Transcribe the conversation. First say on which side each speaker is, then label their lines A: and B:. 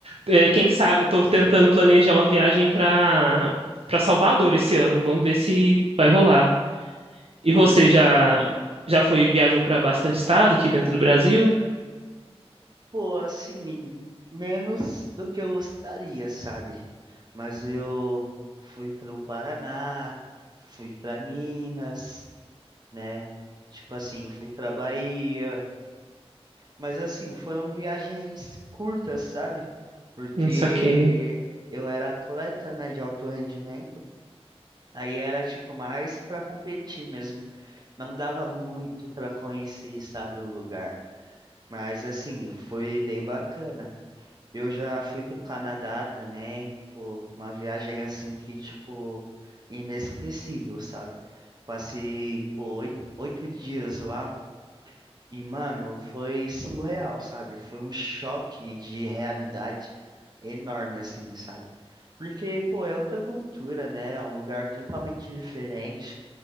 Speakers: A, on the right; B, on the right.
A: é, quem sabe, eu tô tentando planejar uma viagem para para Salvador esse ano. Vamos ver se vai rolar. E
B: Pô,
A: você já já foi viajou para bastante estado aqui dentro do Brasil?
B: Pô, assim, menos do que eu gostaria, sabe? Mas eu fui para o Paraná, fui para Minas, né? Tipo assim, eu fui para Bahia. Mas assim, foram viagens curtas, sabe? Porque
A: Não saquei.
B: eu era atleta, né, de alto rendimento. Aí era tipo mais para competir mesmo. Não dava muito para conhecer, sabe, o lugar. Mas assim, foi bem bacana. Eu já fui pro Canadá também, pô, uma viagem assim que, tipo, inesquecível, sabe? Passei, pô, oi- oito dias lá e, mano, foi surreal, sabe? Foi um choque de realidade enorme, assim, sabe? Porque, pô, é outra cultura, né? É um lugar totalmente diferente,